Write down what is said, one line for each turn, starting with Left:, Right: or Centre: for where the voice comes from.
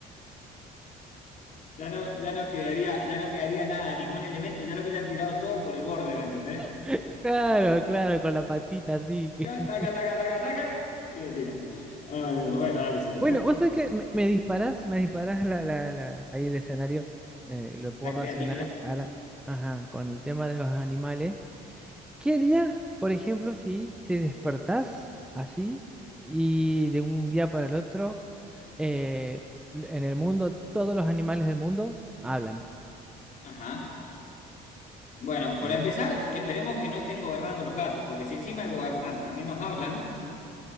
Left: Ya no, ya no quedaría, ya no quedaría nada, ningún elemento, ya lo hubieran tirado todo por el borde, ¿me entendés?
Centre: <laughs> Claro, claro, con la patita así.
Left: Ya,
Centre: <laughs>
Left: Taca, taca, taca, taca, y lo tiran. Ay, Dios, bueno, dale, se te
Centre: Bueno,
Left: ocurre
Centre: vos sabés que me, me disparás, me disparás la, la- la- ahí el escenario. Eh, lo puedo
Left: la
Centre: relacionar
Left: creatividad.
Centre: ahora, ajá, con el tema de los animales. ¿Qué harías, por ejemplo, si te despertás así y de un día para el otro, eh, en el mundo, todos los animales del mundo hablan?
Left: Ajá. Bueno, para
Centre: Que-
Left: empezar, esperemos que no estén gobernando los gatos, porque si encima de gobernar también nos hablan,